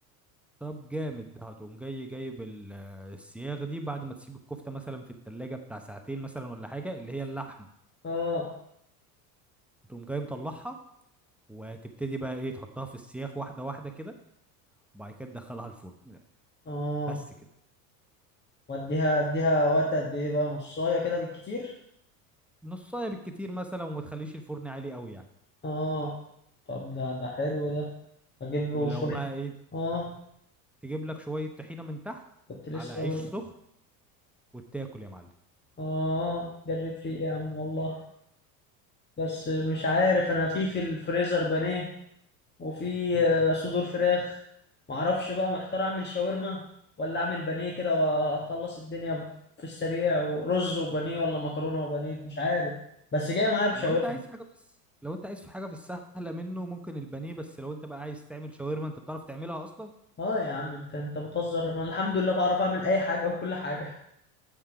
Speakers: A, in the centre; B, on the left.
A: طب جامد هتقوم جاي جايب ال- السياخ دي بعد ما تسيب الكفتة مثلا في التلاجة بتاع ساعتين مثلا ولا حاجة اللي هي اللحمة
B: اه
A: تقوم جاي مطلعها وتبتدي بقى ايه تحطها في السياخ واحده واحده كده وبعد كده تدخلها الفرن
B: اه
A: بس كده
B: واديها اديها وقت قد ايه بقى نصايه كده بالكتير
A: نصايه بالكتير مثلا وما تخليش الفرن عالي قوي يعني
B: اه طب ده ده حلو ده اجيب وشويه
A: ولو بقى ايه
B: اه
A: تجيب لك شويه طحينه من تحت
B: كنت لسه
A: على عيش
B: اقول
A: سخن
B: لك.
A: وتاكل يا معلم
B: اه جريت ريقي يا عم والله بس مش عارف انا في في الفريزر بانيه وفي
A: مم.
B: آه، صدور فراخ معرفش بقى محتار اعمل شاورما ولا اعمل بانيه كده واخلص الدنيا في السريع ورز وبانيه ولا مكرونه وبانيه مش عارف بس جاي معايا بشاورما
A: لو انت عايز حاجه في الس... لو انت عايز في حاجه في السهله منه ممكن البانيه بس لو انت بقى عايز تعمل شاورما انت بتعرف تعملها اصلا
B: اه يا عم انت انت بتهزر انا الحمد لله بعرف اعمل اي حاجه وكل حاجه